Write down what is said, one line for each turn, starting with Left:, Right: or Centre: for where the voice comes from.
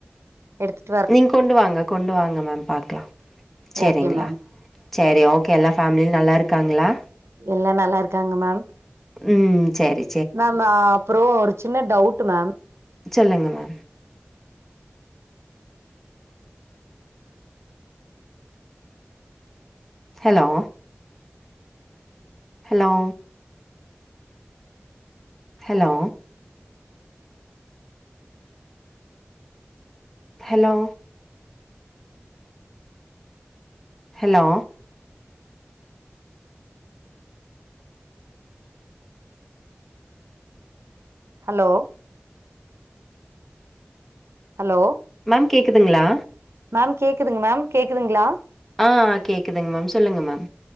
Right: எடுத்து
Centre: நீங் கொண்டு வாங்க கொண்டு வாங்க மேம் பாக்லா செரிங்களா
Right: ஓகே மேம்
Centre: செரி ஓகே எல்லா ஃபேமிலில நல்லாருக்காங்ளா
Right: எல்லா நல்லாருக்காங்க மேம்
Centre: ம் செரி
Right: மேம் அப்பற ஒரு சின்ன டவுட் மேம்
Centre: சொல்லுங்க ma'am hello hello hello hello hello
Right: hello hello
Centre: ma'am கேக்குதுங்ளா
Right: மேம் கேக்குதுங்க மேம் கேக்குதுங்ளா
Centre: ஆ கேக்குதுங்க மேம் சொல்லுங்க மேம்